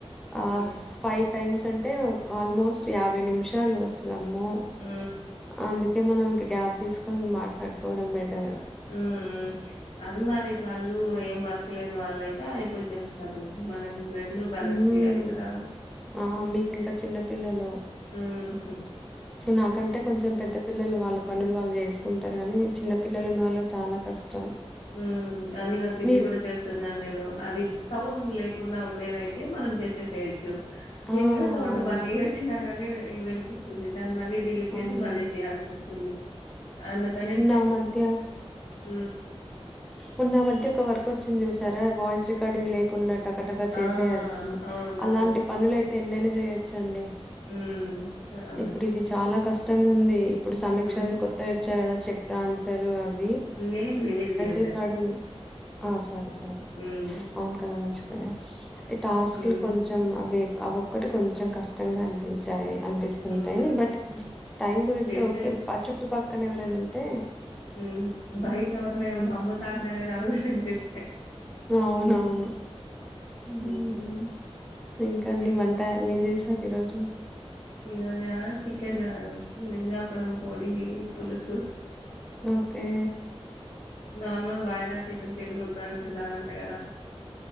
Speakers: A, in the centre; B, on the left.
A: ఆ
B: ఉమ్
A: ఫైవ్ టైమ్స్ అంటే ఆల్మోస్ట్ యాభై నిమిషాలు వస్త అమ్మో
B: ఉమ్
A: అందుకే మనం ఇంత గ్యాప్ తీసుకొని మాట్లాడుకోవడం బెటర్ ఏమో
B: మ్ అన్మారీడ్ వాళ్ళు ఏం వర్క్ లేని వాళ్ళు అయితే అయిపోచేస్తారులెండి మనం రెండు బ్యాలెన్స్
A: మ్్ఆ
B: చేయాలి కదా
A: మీకింకా చిన్న పిల్లలు
B: ఉమ్
A: నాకంటే కొంచెం పెద్ద పిల్లలు వాళ్ళ పనులు వాళ్ళు చేసుకుంటారు గానీ చిన్న పిల్లలు ఉన్న వాళ్ళకి చాలా కష్టం
B: మ్.. అని నాకు ఇది
A: మీ
B: కూడా చేస్తున్నాను నేను అది సౌండ్ లేక కుండ ఉండేది అయితే మనం చేసేసేయొచ్చు
A: ఆ!
B: విన్న చోట
A: అవును.
B: వాళ్ళు ఏడ్చిన గాని వినిపిస్తుంది దాన్ని మళ్ళీ డిలీట్
A: అవును.
B: చేసి మళ్ళీ చేయాల్సి వస్తుంది అందుకని
A: ఆ మంత్య
B: మ్
A: మొన్న ఆ మధ్య ఒక వర్క్ వచ్చింది చూసారా వాయిస్ రికార్డింగ్ లేకున్న టకటగా చేసేయచ్చి
B: ఆ! అవునవును.
A: అలాంటి పనులు అయితే ఎన్నైనా చేయొచ్చు ండి
B: హ్మ్. అవును.
A: ఇప్పుడు ఇది చాలా కష్టం ఖష్టంగా ఉంది, ఇప్పుడు సమీక్ష
B: హ్మ్.
A: అవి కొత్త ఇచ్చారు గదా, చెక్ దా ఆన్సరు అవి.
B: నేమ్ రివిల్ జె.
A: రికార్డ్ మీ. ఆ సారీ సారీ,
B: హ్మ్.
A: స్ అవును కదా మర్చిపోయా, ఇష్ ఈ టాస్క్లు
B: హ్మ్.
A: కొంచం అవే. ఆ ఒక్కటి కొంచం, కష్టంగా అనిపించాయి. అనిపిస్తుంటాయి,
B: హ్మ్.
A: బట్
B: హ్మ్.
A: టైం కుదిరితే
B: చేసేయొచ్చు.
A: ఓకే, అ చుట్టుపక్కన ఎవరైనా ఉంటే.
B: ఉమ్, బయట ఎవరన్నా
A: హ్మ్.
B: ఏమైనా అమ్మతార్నగద అనీ తినిపిస్తాయి.
A: అవునవును.
B: హ్మ్.
A: ఉమ్ ఇంకాండి
B: ఏ
A: వంట, ఏం జెసారు ఈరోజు.
B: ఈ రోజా చికన్ గాదు, లింగాపురం కోడీ, పులుసు.
A: ఓకే.
B: నార్మల్ వాయిరా చికెన్ తినకడదు, అంటున్నరంట గదా.